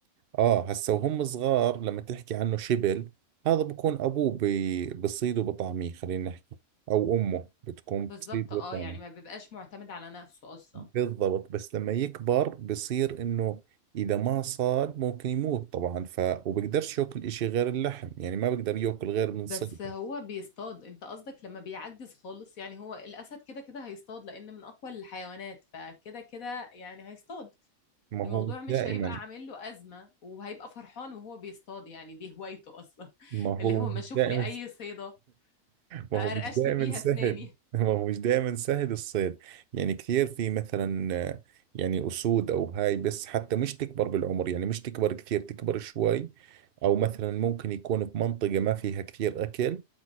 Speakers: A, on the right; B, on the left.
A: اه هسا وهم صغار لما تحكي عنه شبل هذا بكون ابوه بي... بصيد وبطعميه خلينا نحكي او امه بتكون
B: بالظبط
A: بتصيد
B: اه
A: وبطعميه
B: يعني ما بيبقاش معتمد على نفسه اصلا
A: بالضبط بس لما يكبر بصير انه اذا ما صاد ممكن يموت طبعا ف وبقدرش ياكل اشي غير اللحم يعني ما بقدر ياكل غير من
B: بس
A: صيده
B: هو بيصطاد انت قصدك لما بيعجز خالص يعني هو الاسد كده كده هيصطاد لان من اقوى الحيوانات فكده كده يعني هيصطاد
A: ما
B: الموضوع
A: هو مش
B: مش
A: دائما
B: هيبقى عامل له أزمة وهيبقى فرحان وهو بيصطاد يعني دي هوايته أصلا
A: ما
B: <laughs> اللي
A: هو
B: هو
A: مش
B: ما أشوف
A: دائما
B: لي أي صيدة
A: ما
B: أرقش
A: هو مش دائما
B: لي بيها
A: سهل
B: أسناني
A: <laughs> ما هو مش دائما سهل الصيد يعني كثير في مثلا آه، يعني أسود أو هاي بس حتى مش تكبر بالعمر يعني مش تكبر كثير تكبر شوي أو مثلا ممكن يكون في منطقة ما فيها كثير أكل